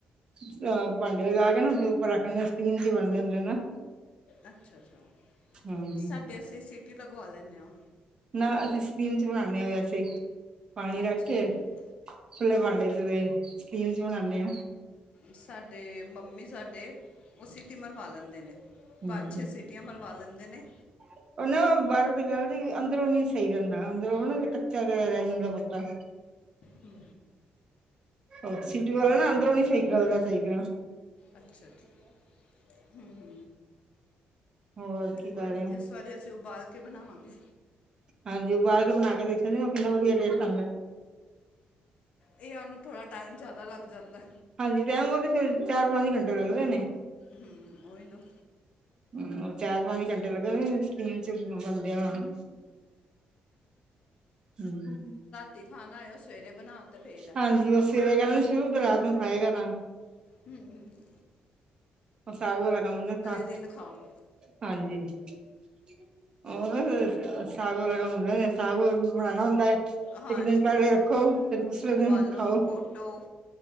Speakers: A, on the right (about 30°); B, on the left (about 50°).
A: ਅ ਭਾਂਡੇ ਲਗਾ ਕੇ ਨਾ ਉੱਪਰ ਰੱਖਣੇ ਸਟੀਮ ਚ ਬਣ ਜਾਂਦੇ ਨੇ ਨਾ।
B: ਅੱਛਾ-ਅੱਛਾ,
A: ਹੂੰ।
B: ਸਾਡੀੇ ਅਸੀਂ ਸੀਟੀ ਲਗਵਾ ਲੈਂਨੇ ਆ।
A: ਨਾ ਅਸੀਂ ਸਟੀਮ 'ਚ ਬਣਾਨੇ ਆ ਵੈਸੇ। ਪਾਣੀ ਰੱਖ
B: ਅੱਛਾ
A: ਕੇ,
B: ਅੱਛਾ
A: ਖੁੱਲੇ ਭਾਂਡੇ 'ਚ ਤੇ ਸਟੀਮ ਚ ਬਣਾਨੇ ਆ।
B: ਸਾਡੇ ਮੰਮੀ ਸਾਡੇ ਉਹ ਸੀਟੀ ਮਰਵਾ ਲੈਂਦੇ ਨੇ।
A: ਹੂੰ।
B: ਪੰਜ-ਛੇ ਸੀਟੀਆਂ ਮਰਵਾ ਲੈਂਦੇ ਨੇ।
A: <unintelligible> ਉਹ ਨਾ ਬਾਹਰ ਤੋ ਗਲ ਜੇਗੀ ਅੰਦਰੋਂ ਨੀ ਸਹੀ ਰਹਿੰਦਾ ਅੰਦਰੋਂ ਨਾ ਕੱਚਾ ਤੇ ਰਹਿ ਜਾਂਦਾ ਪੱਤਾ।
B: ਹੂੰ
A: ਅ ਸੀਟੀ ਵਾਲਾ ਨਾ ਅੰਦਰੋਂ ਨੀ ਸਹੀ ਗਲਦਾ ਸਹੀ ਤਰਾਂ।
B: ਅੱਛਾ-ਅੱਛਾ, ਹੂੰ-ਹੂੰ।
A: ਹੋਰ ਕੀ ਕਰ
B: ਕੋਈ ਨੀ
A: ਰਹੇ ਹੋ
B: ਇਸ ਵਾਰੀ ਅਸੀਂ ਉਬਾਲ ਕੇ ਬਣਾਵਾਂਗੇ।
A: ਹਾਂਜੀ ਉਬਾਲ ਕੇ ਬਣਾ ਕੇ ਦੇਖਿਆ ਜੇ ਕਿੰਨਾ ਵਧੀਆ ਟੇਸਟ ਆਂਦਾ।
B: ਇਹ ਉਹਨੂੰ ਥੋੜ੍ਹਾ ਟਾਈਮ ਜ਼ਿਆਦਾ ਲੱਗ ਜਾਂਦਾ।
A: ਹਾਂਜੀ ਟਾਈਮ ਉਹ ਤੇ ਫਿਰ ਚਾਰ-ਪੰਜ ਘੰਟੇ ਲੱਗਦੇ ਨੇ।
B: ਹੂੰ, ਉਹੀ ਨਾ।
A: ਹੂੰ, ਚਾਰ-ਪੰਜ ਘੰਟੇ ਲੱਗਣਗੇ, ਸਟੀਮ ਚ ਬੰਦਿਆ ਹੋਣ। ਹਮ <inaudible>
B: ਤੇ ਖਾਣਾ ਹੋਇਆ ਉਹ ਸਵੇਰੇ ਬਣਾ ਤੇ ਫੇਰ ਹੈ।
A: ਹਾਂਜੀ ਉਹ ਸਵੇਰੇ ਕਹਿੰਦੇ ਸ਼ੁਰੂ ਤੇ ਰਾਤ ਨੂੰ ਖਾਏਗਾ ਤਾਂ
B: ਹੂੰ।
A: ਸਾਗ ਵਾਲਾ ਕੰਮ ਹੋ ਗਿਆ,
B: ਦਿਨ ਖਾਓ
A: ਹਾਂਜੀ। ਉਹਨਾਂ ਫੇਰ ਸਾਗ ਵਾਲਾ ਕਮੰ ਹੁੰਦਾ, ਸਾਗ ਬਣਾਉਣਾ ਹੁੰਦਾ। ਇੱਕ
B: ਹਾਂਜੀ
A: ਦਿਨ ਪਹਿਲੇ
B: ਹਾਂਜੀ
A: ਰੱਖੋ ਤੇ ਦੂਸਰੇ
B: ਉਬਾਲੋ
A: ਦਿਨ ਖਾਓ,
B: ਘੋਟੋ